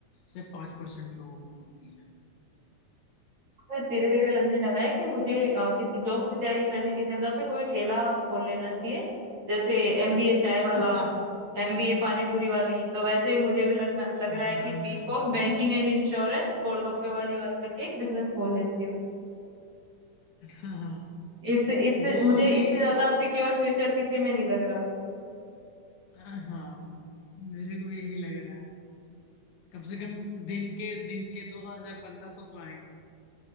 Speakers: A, on the left; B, on the right.
A: से पांच परसेंट लोगों को मिलती है
B: फिर धीरे धीरे लगने लगा है कि मुझे अ, किसी जॉब की तैयारी करने की जगह पे कोई ठेला खोल लेना चाहिए जैसे एमबीए चाय
A: <laughs>
B: वाला
A: हाँ
B: एमबीए पानी पूरी वाली तो वैसे ही मुझे भी लगना लग
A: हाँ
B: रहा है कि BCom
A: हाँ
B: banking and insurance golgappe वाली वाला करके एक बिजनेस खोल लेती हूँ
A: हाँ, हाँ,
B: इससे इससे
A: वो
B: मुझे
A: अभी
B: इससे ज्यादा
A: तो
B: सिक्योर
A: <laughs>
B: फ्यूचर किसी में नहीं लग रहा
A: हाँ मेरे को भी यही लग रहा है कम से कम दिन के दिन के दो हजार पंद्रह सौ तो आएंगे